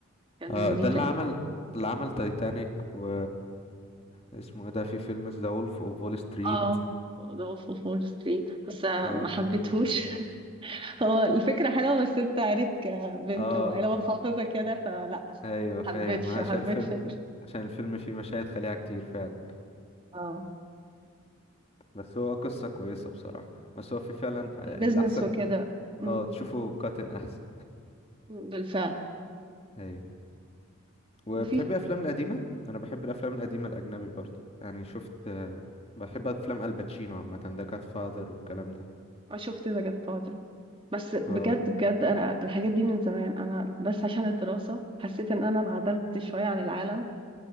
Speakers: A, on the right; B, on the left.
A: كان
B: آه، ده
A: ليه
B: اللي
A: تقريبا
B: عمل اللي عمل تايتانيك و اسمه ايه ده في فيلم ذا وولف اوف وول ستريت
A: آه ده وولف أوف وول ستريت بس آه،
B: اه
A: ما حبيتهوش
B: كان فيلم جامد برضه
A: هو الفكرة حلوة بس انت عارف كبنت
B: اه
A: وعيلة متحفظة كده فلا
B: ايوه فاهم
A: حبيتش
B: عشان
A: حبيتش
B: الفيلم
A: ال-
B: عشان الفيلم فيه مشاهد خليعة كتير فعلا
A: اه
B: بس هو قصة كويسة بصراحة بس هو في فعلا
A: البيزنس
B: الأحسن
A: وكده أمم،
B: اه تشوفه كاتن أحسن
A: بالفعل
B: ايوه وبتحبي
A: وفي
B: الأفلام القديمة؟ أنا بحب الأفلام القديمة الأجنبي برضه يعني شفت آه، بحب أفلام الباتشينو عامة ذا جاد فاذر والكلام ده
A: أنا شفت ذا جاد فاذر بس بجد
B: اه
A: بجد انا الحاجات دي من زمان انا بس عشان الدراسة حسيت ان انا انعزلت شوية عن العالم